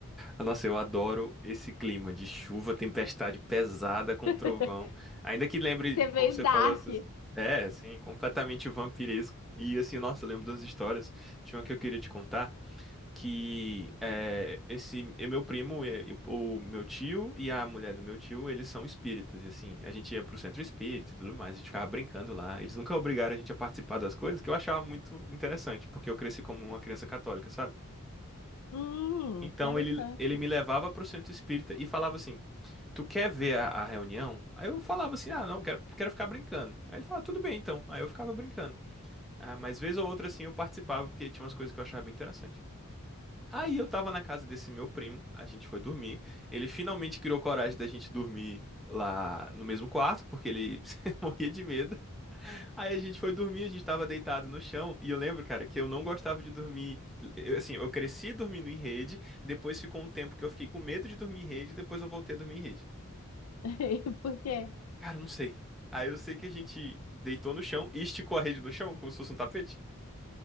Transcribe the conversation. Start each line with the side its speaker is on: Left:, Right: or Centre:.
Centre: Nossa, eu adoro esse clima de chuva, tempestade pesada com
Left: <laughs>
Centre: trovão. Ainda que lembre,
Left: Você
Centre: como
Left: veio
Centre: você
Left: dark.
Centre: falou, essas... é, assim, completamente vampiresco. E assim, nossa, eu lembro das histórias. Tinha uma que eu queria te contar, que é, esse e meu primo, e- e o, o meu tio e a mulher do meu tio, eles são espíritas. E assim, a gente ia pro centro espírita e tudo mais, a gente ficava brincando lá. Eles nunca obrigaram a gente a participar das coisas, que eu achava muito interessante, porque eu cresci como uma criança católica, sabe?
Left: Hum,
Centre: Então
Left: interessante.
Centre: ele, ele me levava pro centro espírita e falava assim: Tu quer ver a, a reunião? Aí eu falava assim: Ah, não, quero, quero ficar brincando. Aí ele falava: Tudo bem então. Aí eu ficava brincando. Ah, mas vez ou outra assim eu participava porque tinha umas coisas que eu achava bem interessante. Aí eu tava na casa desse meu primo, a gente foi dormir. Ele finalmente criou coragem da gente dormir lá no mesmo quarto, porque ele <laughs> morria de medo. Aí a gente foi dormir, a gente tava deitado no chão, e eu lembro, cara, que eu não gostava de dormir. eu, assim, eu cresci dormindo em rede, depois ficou um tempo que eu fiquei com medo de dormir em rede, depois eu voltei a dormir em rede.
Left: <laughs> Por quê?
Centre: Cara, eu não sei. Aí eu sei que a gente deitou no chão e esticou a rede no chão, como se fosse um tapete.